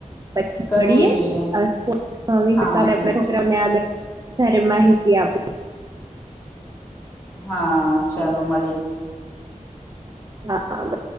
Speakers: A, on the right; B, on the left.
A: પછી
B: કરવું
A: મળીએ
B: જોઈએ
A: આપ
B: હા ઠીક
A: છોકરાઓને
B: છે
A: આગળ. વધારે માહિતી આપ.
B: હા ચાલો મળીએ.
A: હા બ.